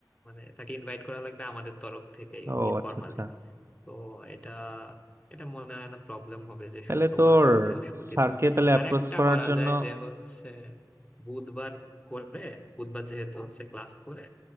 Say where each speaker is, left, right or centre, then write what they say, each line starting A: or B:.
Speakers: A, on the left; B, on the right.
A: মানে তাকে ইনভাইট করা লাগবে আমাদের তরফ থেকে
B: ও
A: ইনফর্মালি
B: আচ্ছা আচ্ছা
A: তো এটা এটা মনে হয় না প্রবলেম হবে যে
B: তাহলে
A: শুক্রবার
B: তোর
A: বা বৃহস্পতিবার
B: স্যারকে তাহলে অ্যাপ্রোচ
A: আর একটা
B: করার
A: করা
B: জন্য
A: যায় যে হচ্ছে বুধবার করে বুধবার যেহেতু হচ্ছে ক্লাস করে